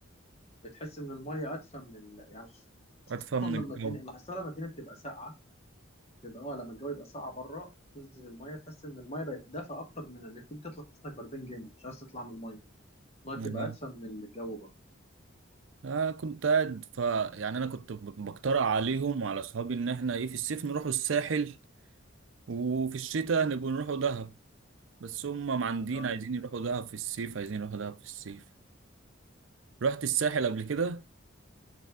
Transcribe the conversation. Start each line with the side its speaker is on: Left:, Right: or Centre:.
Left: بتحس إن المية أدفى من ال... يعني خصوصا
Right: أدفى من الجو
Left: لما الدنيا اللي حصل لما الدنيا بتبقى ساقعة بتبقى اه لما الجو يبقى ساقعة بره تنزل المية تحس إن المية بقت دافئة أكتر من اللي بتيجي تطلع تحس إنك بردان جامد مش عايز تطلع من المية المية
Right: نعم.
Left: بتبقى أدفى من الجو بره
Right: أنا كنت قاعد ف يعني أنا كنت ب- بقترح عليهم وعلى أصحابي إن إحنا إيه في الصيف نروحوا الساحل وفي الشتاء نبقوا نروحوا دهب بس هم معندين
Left: اه
Right: عايزين يروحوا دهب في الصيف عايزين يروحوا دهب في الصيف رحت الساحل
Left: مم.
Right: قبل كده